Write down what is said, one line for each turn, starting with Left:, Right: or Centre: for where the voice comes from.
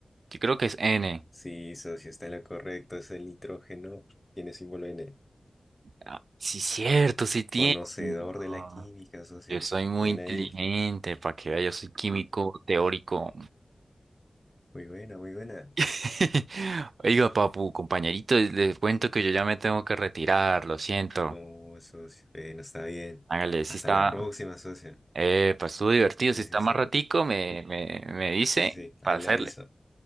Right: Yo creo que es N.
Left: Sí, socio, está en lo correcto. Es el nitrógeno. Tiene símbolo en él.
Right: Ah, sí, cierto, sí tiene.
Left: Conocedor de
Right: Ah,
Left: la química, socio.
Right: yo soy muy
Left: Bien
Right: inteligente,
Left: ahí.
Right: para que vea, yo soy químico teórico.
Left: Muy buena, muy buena.
Right: <laughs> Oiga, papu, compañerito, les cuento que yo ya me tengo que retirar, lo siento.
Left: No, socio. eh, no está bien.
Right: Hágale, sí
Left: Hasta
Right: está.
Left: la próxima, socio.
Right: Eh, pues estuvo divertido.
Left: Sí,
Right: Si está
Left: sí, sí.
Right: más ratico, me, me, me dice
Left: Sí, sí, sí. Ahí
Right: para hacerle.
Left: la aviso.